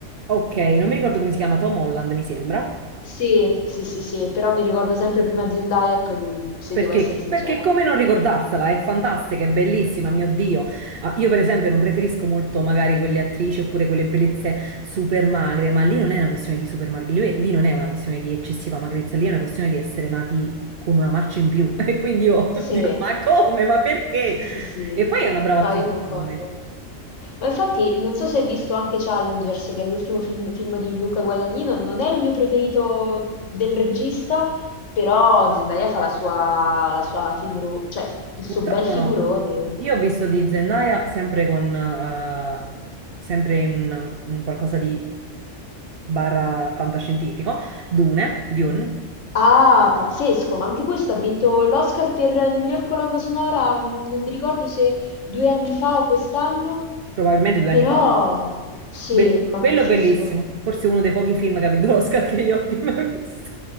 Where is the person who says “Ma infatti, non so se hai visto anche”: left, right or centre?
Left